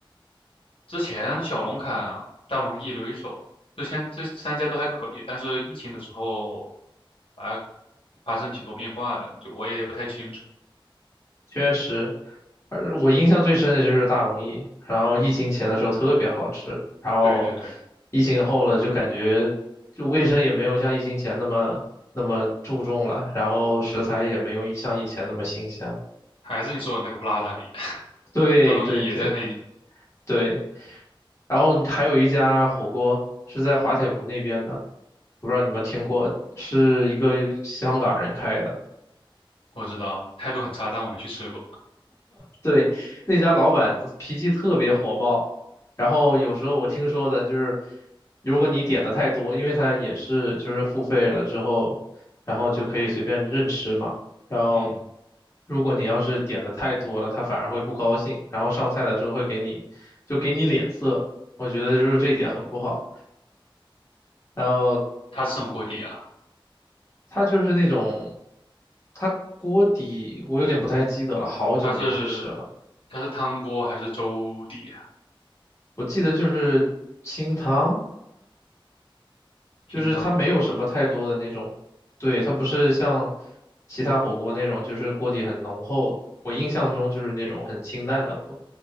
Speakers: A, on the left; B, on the left.
A: 之前小龙坎、大龙燚、留一手，之前这三家都还可以，但是疫情的时候啊，发生挺多变化的，就我也也不太清楚。
B: 确实，而我印象最深的就是大龙燚，然后疫情前的时候特别好吃，然后
A: 对对对，
B: 疫情后了就感觉就卫生也没有像疫情前那么那么注重了，然后食材也没有像以前那么新鲜了
A: 还是你说的那个 Plaza 里，<laughs>
B: 对对对
A: 大龙燚也在那里，
B: 对，然后还有一家火锅是在滑铁卢那边的，我不知道你们听过，是一个香港人开的。
A: 我知道态度很差，但我没去吃过。
B: 对，那家老板脾气特别火爆，然后有时候我听说的就是，如果你点的太多，因为他也是就是付费了之后，然后就可以随便任吃嘛。然后
A: 嗯，
B: 如果你要是点的太多了，他反而会不高兴，然后上菜的时候会给你就给你脸色，我觉得就是这一点很不好。然后
A: 它是什么锅底啊？
B: 他就是那种，他锅底我有点不太记得了，好久没去吃了。
A: 它是它是汤锅还是粥底啊
B: 我记得就是清汤，就是它没有什么太多的那种，
A: 清汤火锅，
B: 对，它不是像其他火锅那种，就是锅底很浓厚。我印象中就是那种很清淡的锅，